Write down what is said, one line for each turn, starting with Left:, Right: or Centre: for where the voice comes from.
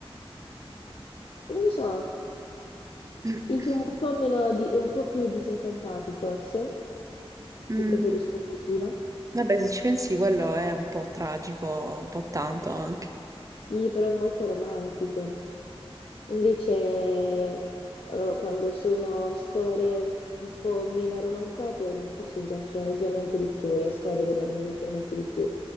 Left: non lo so,
Right: <clears throat>
Left: i film un po' meno di- un po' più disincantati, forse.
Right: Mm.
Left: Li preferisco un pochino.
Right: Vabbè, se ci pensi, quello è un po' tragico, un po' tanto anche.
Left: Sì, però è molto romantico. Invece, eh, quando sono storie un, un po' meno romanzate, forse mi piacciono leggermente di più, riesco a rivedermi leggermente di più.